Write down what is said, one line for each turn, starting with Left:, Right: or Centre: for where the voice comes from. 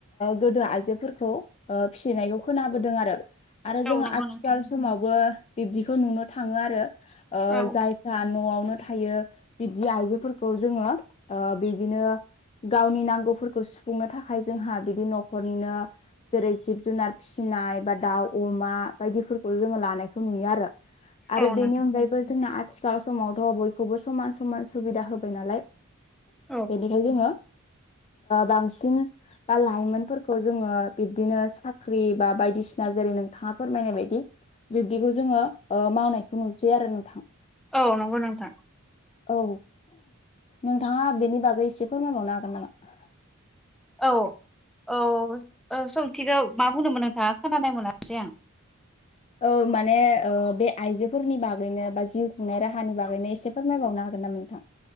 Left: गोदो आइजोफोरखौ फिसिनायखौ खोनाबोदों आरो आरो जोङो
Centre: औ नंगौ
Left: आथिखाल
Centre: नोंथां
Left: समावबो बिब्दिखौ नुनो थाङो आरो
Centre: औ
Left: जाय न'आवनो थायो बिदि आइजोफोरखौ जोङो बिदिनो गावनि नांगौफोरखौ सुफुंनो थाखाय जोंहा बिदि न'खरनिनो जेरै जिब जुनार फिसिनाय बा दाउ अमा बायदिफोरखौ जोङो लानायखौ नुयो आरो आरो
Centre: औ
Left: बेनि
Centre: नोंथां
Left: अनगायैबो जोंहा आथि आथिखाल समावथ' बयखौबो समान समान सुबिदा होबाय नालाय
Centre: औ
Left: बेनिखायनो जोङो बांसिन बा लाइमोनफोरखौ जोङो बिब्दिनो साख्रि बा बायदिसिना जेरै नोंथाङा फोरमायनाय बायदि बिब्दिखौ जोङो मावनायखौ नुसै आरो नोंथां
Centre: औ नंगौ नोंथां
Left: औ नोंथाङा बेनि बागै एसे फोरमायबावनो हागोन नामा
Centre: औ औ सोंथिखौ मा बुंदोंमोन नोंथाङा खोनानाय मोनासै आं
Left: औ माने बे आइजोफोरनि बागैनो बा जिउ खुंनाय राहानि बागैनो एसे फोरमायबावनो हागोन नामा नोंथां